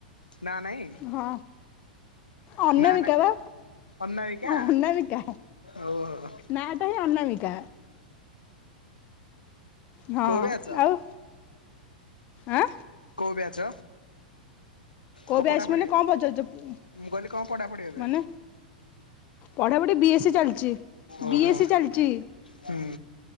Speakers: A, on the left; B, on the left.
A: ନା ନାଇଁ
B: ହଁ। ଅନାମିକା
A: ନା ନା
B: ପା।
A: ଅନାମିକା
B: ଅନାମିକା
A: ଓହୋ
B: ନା ଟା ହିଁ ଅନାମିକା। ହଁ
A: କୋଉ ବ୍ୟାଚ୍
B: ଆଉ ଆଁ।
A: କୋଉ ବ୍ୟାଚ୍।
B: କୋଉ
A: କଣ
B: ବ୍ୟାଚ
A: ପଢାପଢି
B: ଆସି ମାନେ କଣ ପଚାରୁଛ
A: ମୁଁ କହିଲି କଣ ପଢାପଢି ଏବେ
B: ମାନେ? ପଢାପଢି ବି ଏସ୍ ସ ଚାଲିଛି
A: ଓହୋ
B: ବି ଏସ୍ ସି ଚାଲିଛି।
A: ହୁଁ